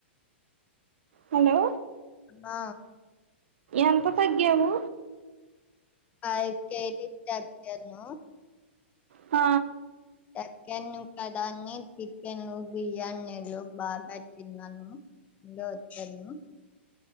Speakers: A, on the right (about 75°); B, on the left (about 20°).
A: హలో
B: ఆ
A: ఎంత తగ్గావు
B: ఐదు కె జి లు తగ్గాను
A: ఆ
B: తక్కాను కదా అని చికెన్లు బిర్యానీలు బాగా తిన్నాను ఇలో వచ్చాను